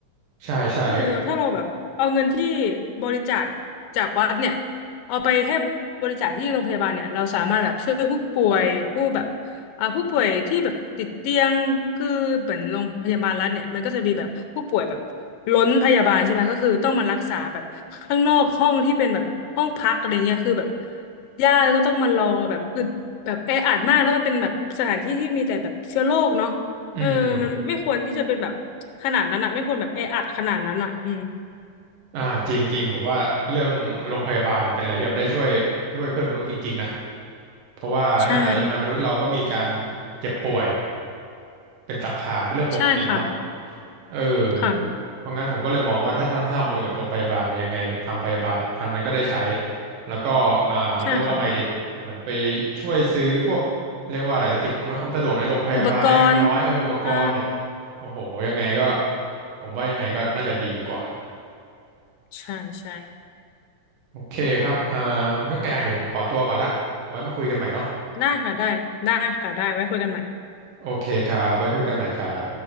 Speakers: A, on the right (about 85°); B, on the left (about 80°).
A: ใช่ใช่
B: ก็คือถ้าเราแบบเอาเงินที่บริจาคจากวัดเนี่ยเอาไปให้บริจาคที่โรงพยาบาลเนี่ยเราสามารถแบบช่วยผู้ป่วยผู้แบบอ่าผู้ป่วยที่แบบติดเตียงคือเหมือนโรงพยาบาลรัฐเนี่ยมันก็จะมีแบบผู้ป่วยแบบล้นพยาบาลใช่ไหมก็คือต้องมารักษาแบบข้างนอกห้องที่เป็นแบบห้องพักอะไรเงี้ยคือแบบญาติก็ต้องมารอแบบอึดแบบแออัดมากแล้วมันเป็นแบบสถานที่ที่มีแต่แบบเชื้อโรคเนาะ
A: อืมอืม
B: เออมันไม่ควรที่จะเป็นแบบขนาดนั้นอ่ะไม่ควรแบบแออัดขนาดนั้นอ่ะอืม
A: อ่าจริงจริงผมว่าเรื่องโรงพยาบาลเนี่ยเป็นอะไรที่แบบได้ช่วยช่วยเพื่อนมนุษย์จริงๆนะเพราะว่านั่นแหละยังไงมนุษย์เราก็มีการ
B: ใช่
A: เจ็บป่วยเป็นสังขารเป็นเรื่องปกติเนาะ
B: ใช่ค่ะ
A: เออ
B: ค่ะ
A: เพราะงั้นผมก็เลยมองว่าถ้าถ้าถ้าทำบุญกับโรงพยาบาลเนี่ยยังไงทางพยาบาลทางนั้นก็ได้ใช้แล้วก็อ่าเรียกว่าไงดีเหมือนไป
B: ใช่ค่ะ
A: ช่วยซื้อพวกเรียกว่าอะไรสิ่งอำนวยความสะดวกในโรงพยาบาลเล็กๆน้อยๆเอออุปกรณ์เนี่ย
B: อุปกรณ์อ่า
A: โอ้โหยังไงก็ผมว่ายังไงก็น่าจะดีกว่า
B: ใช่ใช่
A: โอเคครับอ่าคุณนกแกงเดี๋ยวผมขอตัวก่อนละไว้มาคุยกันใหม่เนาะ
B: ได้ค่ะได้ได้ค่ะได้ไว้คุยกันใหม่
A: โอเคครับไว้คุยกันใหม่ครับ